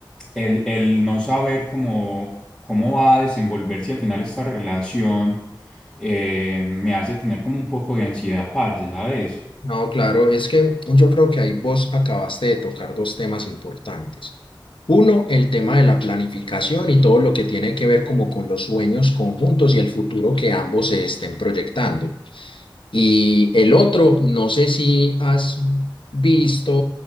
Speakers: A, in the centre; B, on the left.
A: el, el no saber cómo, cómo va a desenvolverse al final esta relación eh, me hace tener como un poco de ansiedad, parce, ¿sabes?
B: No, claro, es que yo creo que ahí vos acabaste de tocar dos temas importantes. Uno, el tema de la planificación y todo lo que tiene que ver como con los sueños conjuntos y el futuro que ambos se estén proyectando. Y el otro, no sé si has visto,